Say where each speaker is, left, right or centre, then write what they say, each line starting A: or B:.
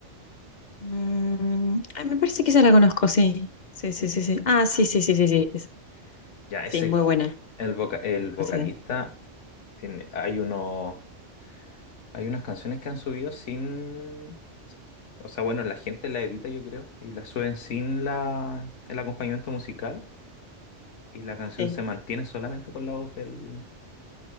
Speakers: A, on the left (about 55°); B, on the left (about 80°).
A: Mm, ay, me parece que esa la conozco, sí. Sí, sí,
B: Y-
A: sí, sí. Ah,
B: y-
A: sí, sí, sí, sí, sí. es-
B: Ya,
A: Sí,
B: ese,
A: muy buena.
B: el, voca- el
A: Conocida.
B: vocalista, tiene, hay uno, hay unas canciones que han subido sin... O sea, bueno, la gente la edita, yo creo, y la suben sin la, el acompañamiento musical. y la canción
A: Sí.
B: se mantiene solamente con la voz del,